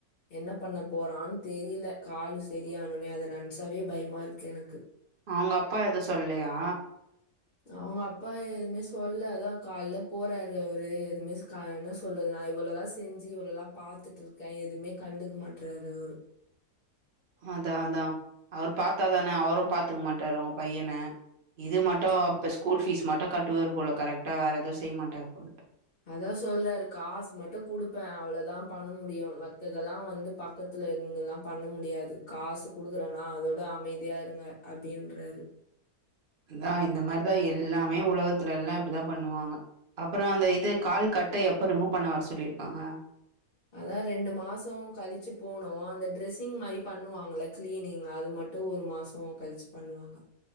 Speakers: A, on the left; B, on the right.
A: என்ன பண்ண போறான்னு தெரில கால் சரியானோனே அத நன்ச்சாவே பயமா இருக்கு எனக்கு
B: அவங்க அப்பா எது சொல்லயா
A: அவங்க அப்பா எதுமே சொல்ல அதா கால்ல போறாரு அவரு எதுமே கா என்ன சொல்றது நா இவ்ளோலா செஞ்சி இவ்ளோல்லா பாத்துட்டுருக்கே எதுமே கண்டுக்க மாட்றாரு அவரு
B: அதா அதா அவர் பாத்தாதானே அவரு பாத்துக்க மாட்டாரு உங்க பையன இது மட்டு
A: ம்.
B: இப்ப ஸ்கூல் ஃபீஸ் மட்டு கட்டுவாரு போல கரெக்டா வேற ஏது செய்ய மாட்டார்போல
A: அதா சொல்றாரு காசு மட்டு குடுப்பே அவ்ளோதா பண்ண முடியு மத்ததெல்லா வந்து ப க்கத்துல நின்னுலா பண்ண முடியாது காசு குடுக்கறனா அதோட அமைதியா இருங்க அப்டின்றாரு
B: அதா இந்த மாரிதா எல்லாமே உலகத்துல எல்லா இப்டிதா பண்ணுவாங்க அப்ப றோ அந்த இது கால் கட்ட எப்ப ரிமூவ் பண்ண வர சொல்லிருக்காங்க
A: அதா ரெண்டு மாசோ கழிச்சு போணு அந்த ட்ரெஸ்ஸிங் மாரி பண்ணுவாங்களே கிளீனிங் அது மட் டு ஒரு மாசம் கழிச்சு பண்ணுவாங்க